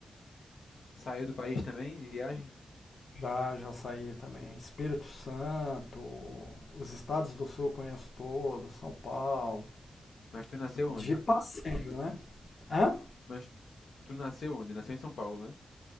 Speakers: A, on the left (about 75°); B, on the left (about 45°).
A: Saiu do país também de viagem?
B: Já, já saí também. Espírito Santo, os estados do Sul eu conheço todos, São Paulo.
A: Mas tu nasceu onde?
B: De passeio, né? Hã?
A: Mas tu nasceu onde? Nasceu em São Paulo, né?